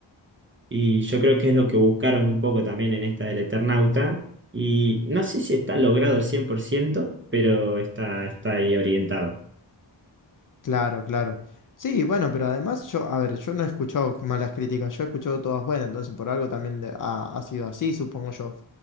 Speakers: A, on the right; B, on the left.
A: Y yo creo que es lo que buscaron un poco también en esta del Eternauta. Y no sé si está logrado al 100%, pero está, está ahí orientado.
B: Claro, claro. Sí, bueno, pero además yo, a ver, yo no he escuchado malas críticas, yo he escuchado todas buenas, entonces por algo también de- ha, ha sido así, supongo yo.